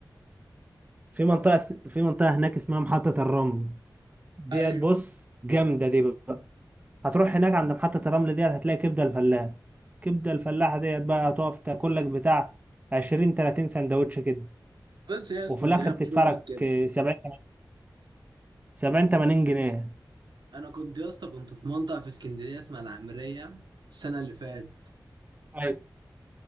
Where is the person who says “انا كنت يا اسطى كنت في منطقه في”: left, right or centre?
Right